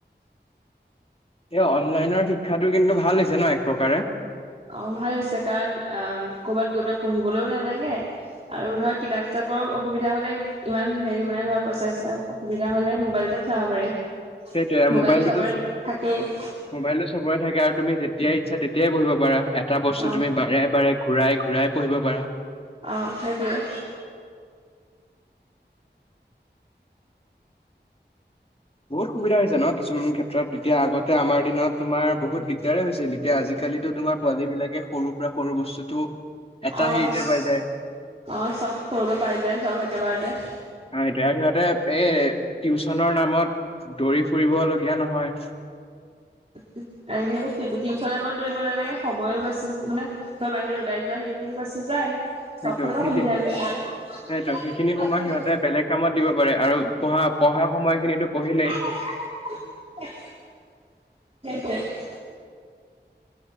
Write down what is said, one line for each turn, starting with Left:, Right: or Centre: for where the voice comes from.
Left: এই অনলাইনৰ শিক্ষাটো কিন্তু ভাল হৈছে ন এক প্ৰকাৰে?
Right: অ' ভাল হৈছে, কাৰণ অ ক'ৰবাত গৈ পেলাই পঢ়িবলৈও নালাগে আৰু ধৰ কিতাপ চিতাপৰ অসুবিধা হ'লে ইমান হেৰি মানে ধৰ পইচা চইচা অসুবিধা হ'লে মোবাইলটে চাব পাৰি।
Left: সেইটোৱে
Right: মোবাইলটো
Left: মোবাইলটোতো
Right: চবৰে থাকেই।
Left: মোবাইলটো চাবৰে থাকে, আৰু তুমি যেতিয়াই ইচ্ছা তেতিয়াই পঢ়িব পাৰা। এটা বস্তু
Right: অ
Left: তুমি বাৰে বাৰে ঘূৰাই ঘূৰাই পঢ়িব পাৰা।
Right: অ' সেইটোৱে।
Left: বহুত সুবিধা হৈছে ন কিছুমান ক্ষেত্ৰত, এতিয়া আগতে আমাৰ দিনত তোমাৰ বহুত দিগদাৰে হৈছিল। এতিয়া আজিকালিতো তোমাৰ পোৱালী বিলাকে সৰুৰ পৰা সৰু বস্তুটো এটা
Right: অ',
Left: হেৰিতে পাই যায়
Right: অ' চব কৰিব পাৰি যে চব একেবাৰতে।
Left: অ' সেইটোৱে, সিহঁতে এই টিউচনৰ নামত দৌৰি ফুৰিব লগীয়া নহয়।
Right: টিউচনমত দৌৰিব নালাগে সময়ো বাচিল মানে। ঘৰৰ বাহিৰে ওলাই যোৱা হেইবোৰ বাছি যায়। চবফালে
Left: সেইটো সেইখিনি
Right: সুবিধা হৈছে আৰু।
Left: সেইটো সেইখিনি সময় সিহঁতে বেলেগ কামত দিব পাৰে আৰু পঢ়া পঢ়া সময়খিনিতো পঢ়িলেই
Right: সেইটোৱে <unintelligible>